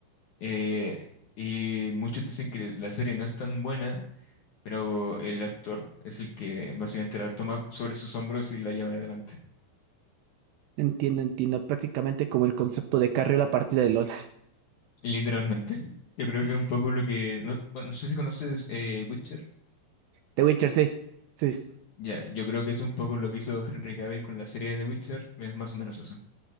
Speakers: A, on the left (about 65°); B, on the right (about 80°).
A: eh, y muchos dicen que la serie no es tan buena pero el actor es el que básicamente la toma sobre sus hombros y la lleva adelante.
B: Entiendo, entiendo. Prácticamente como el concepto de carrera la partida de LOL.
A: Literalmente. <laughs> Yo creo
B: <laughs>
A: que un poco lo que... No, bueno, no sé si conoces eh, Witcher.
B: The Witcher, sí. Sí.
A: Ya, yo creo que es un poco lo que hizo <laughs> Henry Cavill con la serie de The Witcher. Es más o menos eso.